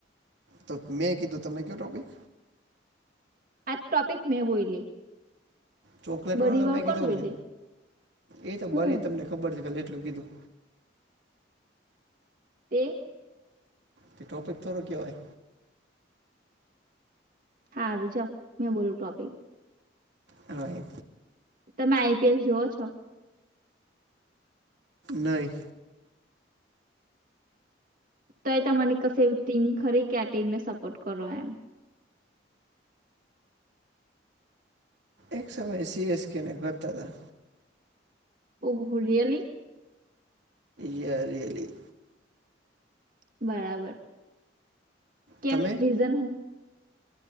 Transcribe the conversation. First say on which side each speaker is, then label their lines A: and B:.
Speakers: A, on the right; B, on the right.
A: તો મેં કીધું, તમે કયો ટૉપિક.
B: આજ ટોપિક મેં બોયલી.
A: ચોકલેટ
B: બધી
A: વાળો તો
B: વાર
A: મેં
B: કોણ
A: કીધો
B: બોલ્યું
A: ને, એ તો
B: હું
A: ભરી તમને ખબર છે ખાલે એટલું કીધું.
B: તે
A: તે ટોપિક થોડો કહેવાય.
B: હારું જાવ, મેં બોલું ટોપિક.
A: હારુ.
B: તમે આઈ પી એલ જોુઓ છો?
A: નઈ
B: તોય તમારી કશે ટીમ ખરી કે આ ટીમને સપોર્ટ કરો, એમ?
A: એક સમય સી એ સ્ કેને કરતા હતા.
B: ઓ હો રિયલી
A: યા રિયલી
B: બરાબર. કેમ,
A: તમે
B: રીઝન હું?